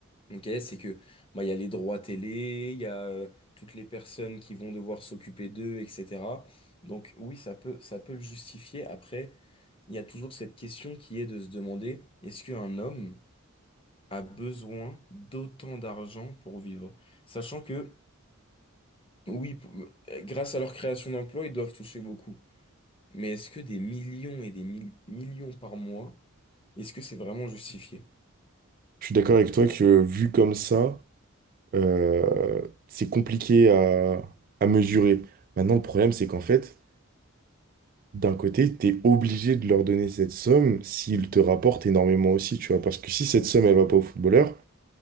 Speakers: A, on the left (about 25°); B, on the right (about 40°).
A: Ok, c'est que bah, il y a les droits télé, il y a euh, toutes les personnes qui vont devoir s'occuper d'eux, etc. Donc oui, ça peut, ça peut le justifier. Après, il y a toujours cette question qui est de se demander, est-ce qu'un homme a besoin d'autant d'argent pour vivre? Sachant que, oui, p- euh, grâce à leur création d'emplois, ils doivent toucher beaucoup. Mais est-ce que des millions et des mil- millions par mois, est-ce que c'est vraiment justifié?
B: Je suis d'accord avec toi que vu comme ça, euh, c'est compliqué à, à mesurer. Maintenant, le problème, c'est qu'en fait, d'un côté, tu es obligé de leur donner cette somme s'ils te rapportent énormément aussi, tu vois. Parce que si cette somme, elle va pas au footballeur,